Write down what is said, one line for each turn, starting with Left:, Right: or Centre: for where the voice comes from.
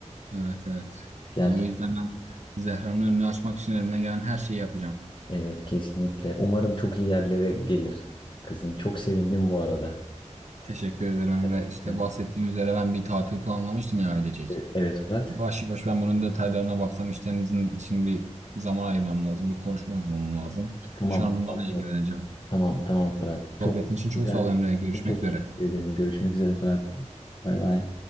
Right: Evet evet.
Left: Gerçekten.
Right: Yani o yüzden ben Zehra'nın önünü açmak için elimden gelen her şeyi yapacağım.
Left: Evet kesinlikle. Umarım çok iyi yerlere gelir kızın. Çok sevindim bu arada.
Right: Teşekkür ederim Emre.
Left: Gerçekten.
Right: İşte bahsettiğim üzere ben bir tatil planlamıştım ya ailecek.
Left: Evet evet, Fırat.
Right: Yavaş yavaş ben bunun detaylarına baksam işten izin için bir zaman ayırmam lazım. Bir konuşma yapmam lazım.
Left: Tamam.
Right: Şu an bunlarla
Left: Tamam
Right: ilgileneceğim.
Left: Fırat. Tamam tamam Fırat.
Right: Sohbetin
Left: Çok
Right: için çok
Left: güzel.
Right: sağ ol Emre. Görüşmek
Left: Çok
Right: üzere.
Left: teşekkür ederim. Görüşmek üzere Fırat. Bay bay.